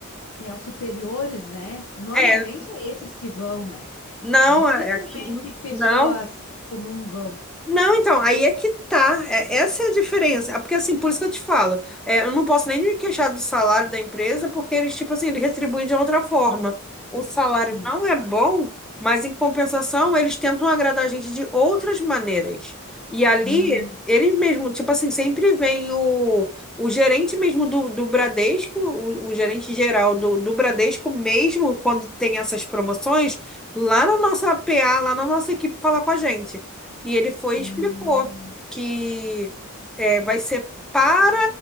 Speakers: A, on the left; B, in the centre.
A: é, os superiores, né? Normalmente
B: é,
A: é esses que vão, né?
B: não,
A: Dificilmente
B: é aqui,
A: pessoas
B: não.
A: comuns vão.
B: Não, então, aí é que tá. É- essa é a diferença. Ah, Porque, assim, por isso que eu te falo, é, eu não posso nem me queixar do salário da empresa, porque eles, tipo assim, eles retribuem de outra forma. O salário
A: Sim.
B: não é bom, mas, em compensação, eles tentam agradar a gente de outras maneiras. E ali,
A: Hum,
B: eles mesmo, tipo assim, sempre vem o, o gerente mesmo do, do Bradesco, o, o gerente geral do, do Bradesco, mesmo quando tem essas promoções, lá na nossa PA, lá na nossa equipe, falar com a gente. E ele foi
A: hum.
B: e explicou que é, vai ser para